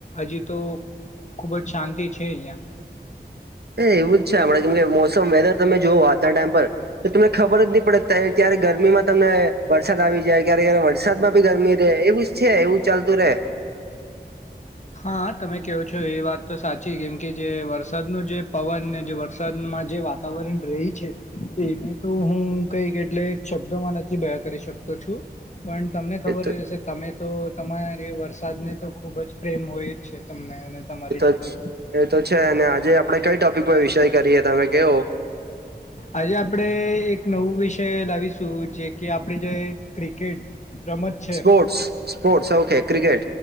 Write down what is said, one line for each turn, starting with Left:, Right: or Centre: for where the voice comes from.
Left: હજી તો ખુબ જ શાંતિ છે અહિયાં.
Right: એ એવું જ છે હમણા કેમ કે મોસમ વેધર તમે જોઓ આજના ટાઈમ પર તો તમને ખબર જ નહી પડે તઈ ત્યારે ગરમીમાં તમને વરસાદ આવી જાય, ક્યારે યારે વરસાદમાં બી ગરમી રહે એવી છે એવું ચાલતું રે.
Left: હા તમે કહો છો એ વાત તો સાચી કેમ કે જે વરસાદનું જે પવન ને જે વરસાદમાં જે વાત વાતાવરણ રયુ છે એને તો હું કઈક એટલે શબ્દોમાં નથી બયા કરી શકતો છું. પણ તમને ખબર
Right: એ તો
Left: હ હશે તમે તો તમારે એ વરસાદને તો ખૂબ જ પ્રેમ હોય જ છે તમને અને તમારી
Right: એ તો
Left: લીધે
Right: એતો છે અને આજે આપડે કઈ ટોપિક પર વિષય કરીએ તમે કેવો?
Left: આજે આપણે એક નવું વિષય લાવીશું જે કે આપણે જે ક્રિકેટ રમત. છે
Right: સ્પોર્ટસ, સ્પોર્ટસ ઓકે ક્રિકેટ.